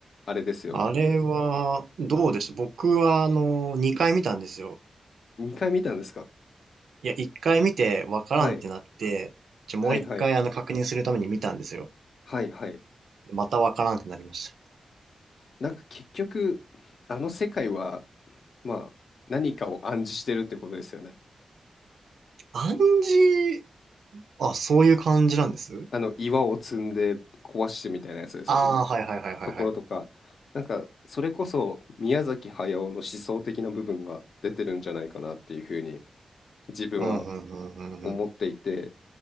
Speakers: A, on the left; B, on the right.
A: あれですよね。
B: あれは、どうでした僕は、あの、2回見たんですよ。
A: 2回見たんですか
B: いや、1回見て、わからんってなって、
A: はい、
B: ちょ、もう1回、
A: はい、はい、
B: あの、確認するために見たんですよ。
A: はい、はい。
B: またわからんってなりました。
A: なんか結局、あの世界は、まあ、何かを暗示してるってことですよね。
B: 暗示、あ、そういう感じなんです
A: あの岩を積んで壊してみたいなやつですよね。
B: ああー、はいはいはいはいはい。
A: ところとか、なんかそれこそ宮崎駿の思想的な部分が出てるんじゃないかなっていうふうに自分は
B: うん、うん、うん、うん、
A: 思っていて、
B: うん。